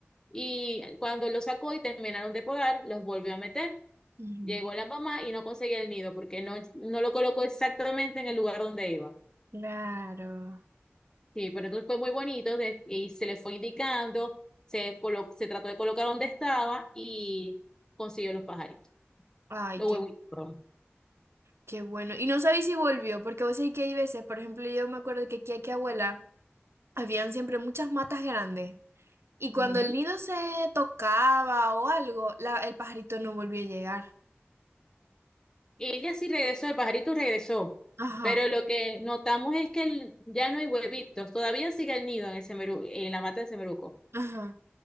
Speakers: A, on the left; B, on the right.
A: Y cuando lo sacó y terminaron de podar, los volvió a meter.
B: Ujú.
A: Llegó la mamá y no conseguía el nido porque no, no lo colocó exactamente en el lugar donde iba.
B: Claro.
A: Sí, pero entonces fue muy bonito de- y se le fue indicando, se, colo- se trató de colocar donde estaba y consiguió los pajaritos,
B: Ay,
A: los
B: qué
A: huevitos.
B: Qué bueno. Y no sabéis si volvió, porque vos sabés que hay veces, por ejemplo, yo me acuerdo que aquí, aquí abuela, habían siempre muchas matas grandes. Y cuando
A: perdón.
B: el nido se tocaba o algo, la, el pajarito no volvió a llegar.
A: Ella sí regresó, el pajarito regresó,
B: Ajá,
A: pero lo que notamos es que el- ya no hay huevitos, todavía sigue el nido en el semeru- en la mata del semeruco,
B: ajá.